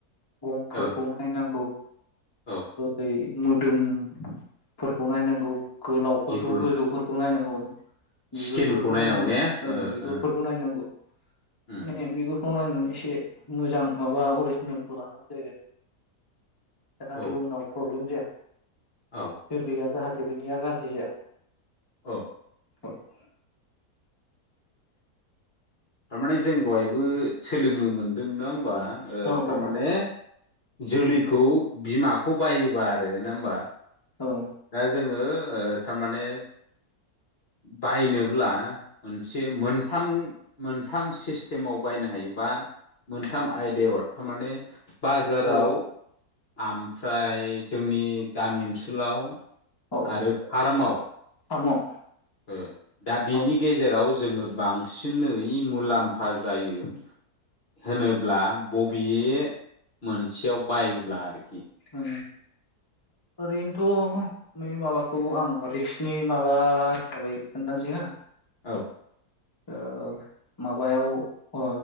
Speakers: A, on the left (about 20°); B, on the left (about 45°).
A: गंफोरखौ
B: औ
A: नायनांगौ
B: औ
A: बै मोदोमफोरखौ नायनांगौ गोलावफोरखौ
B: बिगुर
A: गोजौफोर खौ नायनांगौ बिगुरफोरखौ
B: स्किनखौ
A: नायनांगौ
B: ने
A: ओ बिगुरफोरखौ
B: ओ
A: नायनांगौ माने
B: उम
A: बिगुर खौ नायनानै एसे मोजां माबा अरिजिनेलखौ लानांगौ जायो जाहाथे
B: औ
A: उनाव प्रब्लेम जाया
B: औ
A: जोलैया जाहाथे बेनिया गाज्रि जाया
B: औ
A: औ
B: थारमाने जों दहायबो सोलोंनो मोनदों नङा होमबा ओ
A: औ
B: थारमाने
A: औ
B: जोलैखौ बिमाखौ बायोबा आरो नङा होनबा?
A: औ
B: दा जोङो ओ थारमाने बायनोब्ला मोनसे मोनथाम मोनथाम सिस्टेमाव बायनो हायोबा मोनथाम आयदायाव थारमाने बाजाराव
A: औ
B: ओमफ्राय जोंनि गामि ओनसोलाव
A: औ
B: आरो फार्माव
A: फार्माव
B: ओ दा बिनि
A: औ
B: गेजेराव जोङो बांसिनै मुलाम्फा जायो होनोब्ला बबे मोनसेयाव बायोब्ला आरोखि
A: ओ ओरैनोथ' बे माबाखौ आं रिक्सनि माबा हिसाबै खोन्थानोसै हा
B: औ
A: ओ माबायाव अ